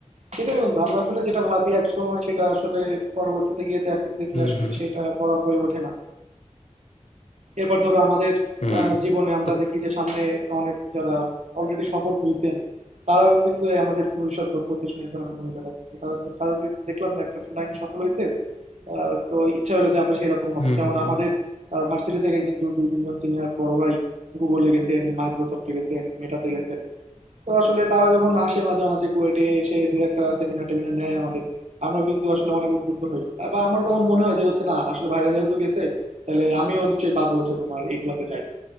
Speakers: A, on the right; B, on the left.
A: সেটাই বন্ধু আমরা আসলে যেটা ভাবি এক সময় সেটা আসলে পরবর্তীতে গিয়ে দেখ- দেখলে
B: হুম
A: আসলে
B: হুম
A: সেটা করা হয়ে ওঠে না এরপর ধরো আমাদের
B: হুম
A: আহ, জীবনে আমরা
B: তো
A: দেখি যে সামনে অনেক যারা অলরেডি সফল হয়েছেন তারাও কিন্তু এই আমাদের ভবিষ্যৎ লক্ষ্য উদ্দেশ্য নির্ধারণে ভূমিকা রাখে তো তাদের তাদের দেখলাম না একটা লাইনে সফল হইতে আহ, তো ইচ্ছা হলো যে আমরা সেরকম হব
B: হুম
A: যেমন
B: হুম
A: আমাদের ভার্সিটি থেকে কিন্তু দুই তিনজন সিনিয়র বড় ভাই গুগলে গেছেন মাইক্রোসফটে গেছেন মেটাতে গেছেন তো আসলে তারা যখন আসে মাঝে মাঝে কুয়েটে এসে দু একটা সেমিনার টেমিনার নেয় আমাদের আমরা কিন্তু আসলে অনেক উদ্বুদ্ধ হই বা আমারও তখন মনে হয় যে হচ্ছে না আসলে ভাইরা যেহেতু গেছে তাহলে আমিও নিশ্চয়ই পাবো হচ্ছে তোমার এইগুলাতে যাইতে